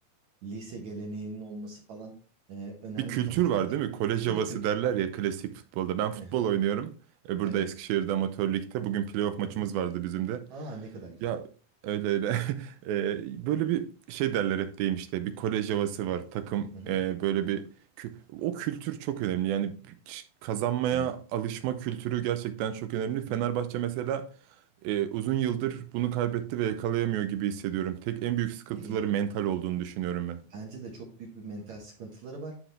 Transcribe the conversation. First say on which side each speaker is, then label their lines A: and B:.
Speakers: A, on the right; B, on the right.
A: lise geleneğinin olması falan e, önemli
B: Bir kültür
A: tabii
B: var
A: ki de
B: değil mi? Kolej
A: bir
B: havası
A: kültür
B: derler
A: var.
B: ya klasik futbolda. Ben futbol
A: Aha,
B: oynuyorum. E, burada
A: evet.
B: Eskişehir'de amatör ligde. Bugün playoff maçımız
A: Hı hı.
B: vardı bizim de.
A: Aa ne kadar güzel.
B: Ya öyle öyle. <laughs> Ee, böyle bir şey derler hep deyim işte bir kolej havası var takım
A: Hı hı.
B: e, böyle bir kü- o kültür çok önemli yani kazanmaya
A: evet.
B: alışma kültürü gerçekten çok önemli. Fenerbahçe
A: Hı.
B: mesela e, uzun yıldır bunu kaybetti ve yakalayamıyor gibi hissediyorum. Tek en büyük sıkıntıları
A: İyi ya.
B: mental olduğunu düşünüyorum ben.
A: Bence de çok büyük bir mental sıkıntıları var.